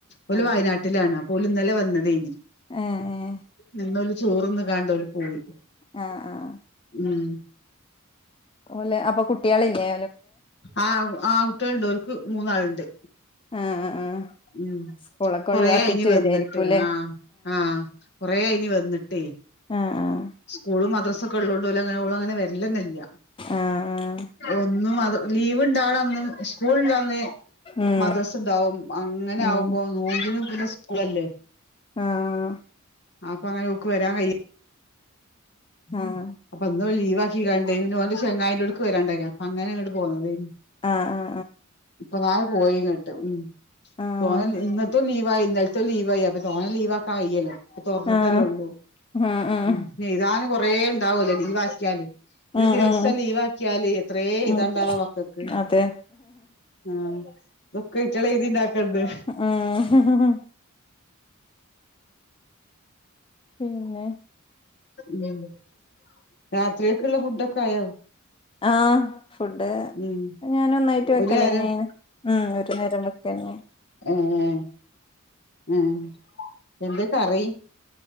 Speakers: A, on the left; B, on the left.
A: ഓല്
B: ആഹ്
A: വയനാട്ടിലാണ്.
B: ആഹ്
A: ഓൽ ഇന്നലെ വന്നതെയ്ന്.
B: ഏഹ് ഏഹ്
A: നിന്നോല് ചോറ്ന്ന്ക്കാണ്ടോല് പോയി.
B: ആഹ് ആഹ്
A: ഉം
B: ഓലെ അപ്പൊ കുട്ട്യാളില്ലേ
A: ആഹ് ആഹ് കുട്ടിയാള്ണ്ട് ഓല്ക്ക് മൂന്നാളുണ്ട്.
B: ആഹ് ആഹ് ആഹ്
A: ഉം
B: സ്കൂളൊക്കെ
A: കൊറേ
B: ഒഴിവാക്കിട്ട്
A: അയിനി വന്നിട്ട്
B: വരുവായിരിക്കുംല്ലേ
A: ആഹ് ആഹ് കൊറേ ആയ്നി വെന്ന്ട്ടേ.
B: ആഹ് ആഹ്
A: സ്കൂളും മദ്രസൊക്കെ ഉള്ളോണ്ട് ഓല ങ്ങനെ ഓളങ്ങനെ വെര്ലന്നെ ഇല്ല.
B: ആഹ്
A: ഒന്നു അത് ലീവ്ണ്ടാവണന്ന് സ്കൂള് ഇല്ലന്ന്
B: ആഹ്
A: മദ്രസ്ണ്ടാവും അങ്ങനാവുമ്പോ
B: ഉം ഉം
A: നോമ്പിനും പിന്നെ സ്കൂളല്ലേ.
B: ആഹ്
A: അപ്പങ്ങനെ ഓക്ക് വരാൻ കഴി
B: ആഹ്
A: അപ്പന്നോല് ലീവാക്കിക്കാണ്ടേയ് പിന്നോന്റെ ചെങ്ങായിന്റോട്ക്ക് വരാണ്ടായ്നി അപ്പഅങ്ങനെങ്ങട്ട് പോന്നതേയ്ന്ന്
B: ആഹ് ആഹ്
A: ഇപ്പന്നാരെ പോയിങ്ങട്ട് ഉം
B: ആഹ്
A: തോനെൽ ഇന്നത്തും ലീവായി ഇന്നൽ ത്തു ലീവായി അപ്പൊ തോനെ ലീവാക്കാൻ വെയ്യല്ലോ ഇപ്പ തൊർന്ന്ട്ടല്ലേ
B: ആഹ്
A: ഒള്ളൂ
B: ആഹ് ആഹ് ആഹ്
A: ഉം ന്നെ എഴ്താനും കൊറേ ഇണ്ടാവൊല്ലോ ലീവാക്കിയാല്. ഒരു
B: ഉം
A: ദിവസം
B: ഉം
A: ലീവാക്കിയാല് എത്രേ എഴ്താണ്ടാവാ
B: ഉം
A: മക്കക്ക്.
B: അതെ
A: ആഹ് തൊക്കെ അയ്റ്റാളെഴുതിണ്ടാക്കണ്ടേ.
B: അഹ് ആഹ് പിന്നെ
A: ഞമ് <unintelligible> രാത്രികക്ക്‌ള്ള ഫുഡൊക്കായോ
B: ആഹ് ഫുഡ്
A: ഉം
B: ഞാൻ ഒന്നായിട്ട് വെക്കലെന്നേയ്ന്ന്
A: ഒരു നേരം
B: ഉം ഒര്നേരം വെക്കന്നേണ്
A: അങ്ങനെ ഉം എന്താ കറി